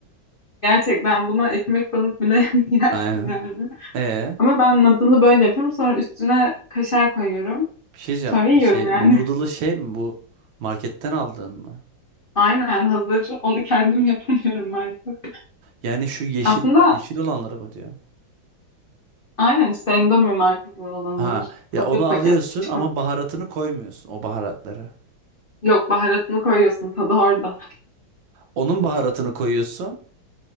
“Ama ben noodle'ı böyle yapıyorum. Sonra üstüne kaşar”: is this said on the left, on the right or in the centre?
Left